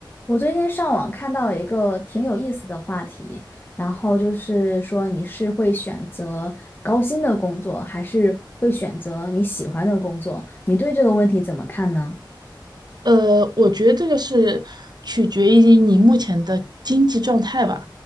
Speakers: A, on the left; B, on the right.
A: 我最近上网看到一个挺有意思的话题，然后就是说你是会选择高薪的工作，还是会选择你喜欢的工作？你对这个问题怎么看呢？
B: 呃，我觉得这个是取决于你目前的经济状态吧。